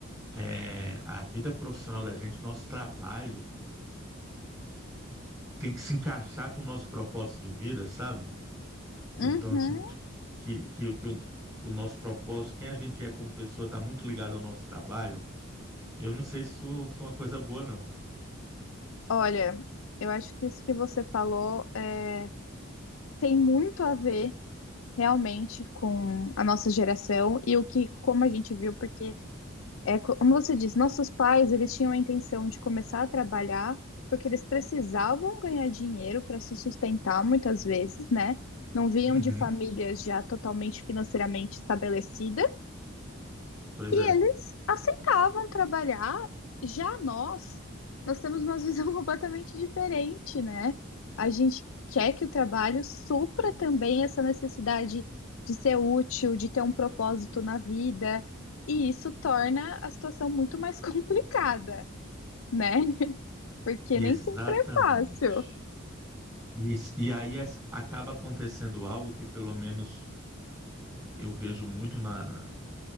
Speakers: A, on the right; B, on the left.
A: é, a vida profissional da gente, nosso trabalho, tem que se encaixar com o nosso propósito de vida, sabe? Ou
B: uhum.
A: então, assim, tipo, que, que, que o, o nosso propósito, quem a gente é como pessoa, está muito ligado ao nosso trabalho. Eu não sei se isso foi uma coisa boa, não.
B: Olha, eu acho que isso que você falou é, tem muito a ver realmente com a nossa geração e o que, como a gente viu, porque é co- como você disse, nossos pais eles tinham a intenção de começar a trabalhar porque eles precisavam ganhar dinheiro para se sustentar muitas vezes, né? Não vinham
A: Uhum.
B: de famílias já totalmente financeiramente estabelecidas.
A: Pois
B: E
A: é,
B: eles aceitavam trabalhar. Já nós, nós temos uma visão <laughs> completamente diferente, né? A gente quer que o trabalho supra também essa necessidade de ser útil, de ter um propósito na vida, e isso torna a situação muito mais <laughs> complicada, né? Porque
A: exatamente.
B: nem sempre é fácil.
A: E, s- e aí as- acaba acontecendo algo que, pelo menos, eu vejo muito na,